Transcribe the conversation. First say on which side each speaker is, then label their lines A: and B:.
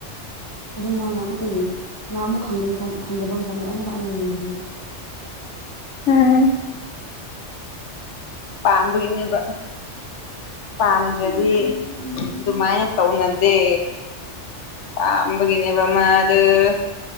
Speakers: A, on the left (about 20°); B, on the left (about 75°).
A: ꯑꯗ‌ꯣ ꯃꯥꯅ ꯑꯃꯨꯛꯀ ꯌ‌ꯦꯡ ꯃꯥ ꯑꯃꯨꯛ ꯈꯪꯗꯕ ꯃꯇꯝ ꯈꯪꯗꯕ ꯃꯇꯝꯗ ꯑꯃꯨꯛꯀ ꯑꯩꯅ ꯌꯦꯡꯕꯤꯕ
B: ꯎꯝ ꯄꯥꯝꯕꯒꯤꯅ‌ꯦꯕ ꯄꯥꯥꯝꯗꯔꯗꯤ
A: ꯈꯪꯗꯦ ꯄꯥꯝꯕ꯭ꯔꯥ ꯄꯥꯝꯗꯕ꯭ꯔꯗꯤ
B: ꯑꯗꯨꯃꯥꯏꯅ ꯇꯧꯅꯗꯦ ꯄꯥꯝꯕꯒꯤꯅꯦꯕ ꯃꯗ‌ꯣ